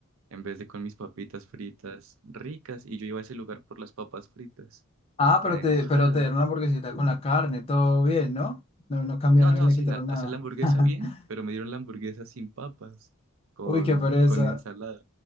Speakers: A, on the right; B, on the left.
A: en vez de con mis papitas fritas ricas, y yo iba a ese lugar por las papas fritas.
B: Ah,
A: Quedé
B: pero te,
A: enojado.
B: pero te dieron la hamburguesita con la carne, todo bien, ¿no? No, no cambiaron
A: No,
B: no
A: no,
B: le
A: sí,
B: quitaron
A: la,
B: nada.
A: o sea, la hamburguesa
B: <laughs>
A: bien, pero me dieron la hamburguesa sin papas, con,
B: Uy, qué pereza.
A: con ensalada.